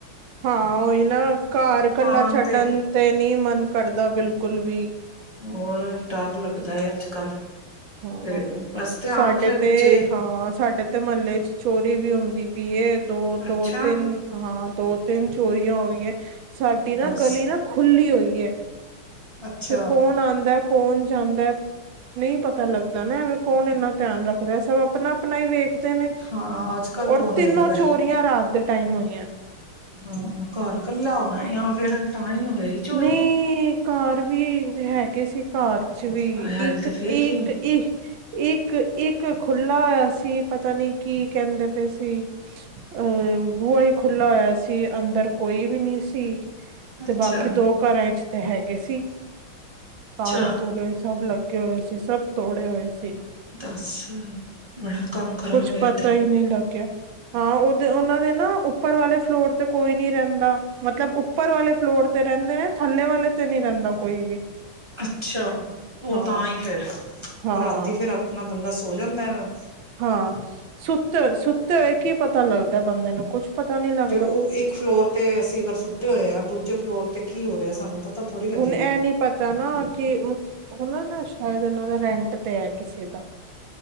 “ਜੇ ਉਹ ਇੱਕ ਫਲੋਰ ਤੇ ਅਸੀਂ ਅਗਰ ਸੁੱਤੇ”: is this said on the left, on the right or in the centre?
Right